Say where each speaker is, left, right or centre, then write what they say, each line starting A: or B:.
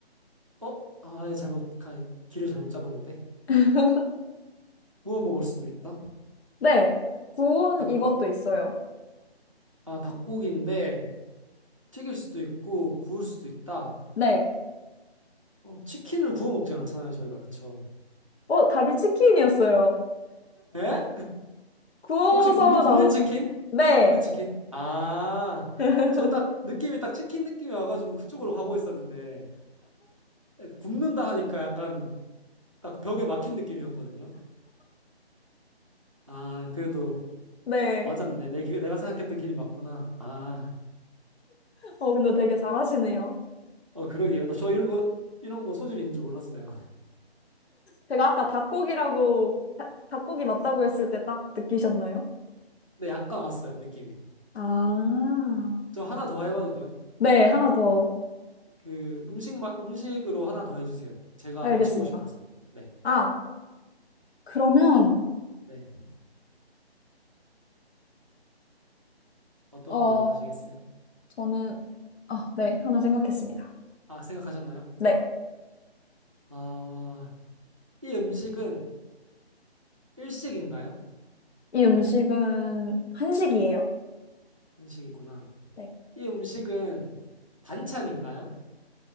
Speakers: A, on the right; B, on the left.
A: 어? 아예 잘못 가, 길을 잘못 잡았는데
B: <laughs>
A: 구워 먹을 수도 있다.
B: 네. 구운
A: 닭,
B: 이것도 있어요.
A: 아 닭고기인데 튀길 수도 있고 구울 수도 있다.
B: 네.
A: 어, 치킨을 구워 먹진 않잖아요 저희가 그쵸?
B: 어, 답이 치킨이었어요.
A: 에?
B: 구워서
A: 혹시 굽네 굽네
B: 나오는,
A: 치킨?
B: 네,
A: 굽네 치킨? 아
B: <laughs>
A: 저 딱 느낌이 딱 치킨 느낌이 와가지고 그쪽으로 가고 있었는데 굽는다 하니까 약간 딱 벽에 막힌 느낌이었거든요. 아 그래도
B: 네.
A: 맞았네. 내, 기- 내가 생각했던 길이 맞구나. 아
B: 어, 근데 되게 잘하시네요.
A: 어 그러게요. 나 저 이런 거 이런 거 소질이 있는 줄 몰랐어요.
B: 제가 아까 닭고기라고, 다- 닭고기 맞다고 했을 때 딱 느끼셨나요?
A: 네, 약간 왔어요, 느낌이.
B: 아,
A: 저 하나 더 해봐도 돼요?
B: 네, 하나 더
A: 그 음식, 마, 음식으로 하나 더 해주세요. 제가
B: 알겠습니다.
A: 맞추고 싶어서. 네,
B: 아, 그러면,
A: 네. 어떤
B: 어,
A: 걸로 하시겠어요?
B: 저는, 아, 네, 하나 생각했습니다.
A: 아, 생각하셨나요?
B: 네,
A: 아, 이 음식은 일식인가요?
B: 이 음식은 한식이에요.
A: 한식이구나.
B: 네.
A: 이 음식은 반찬인가요?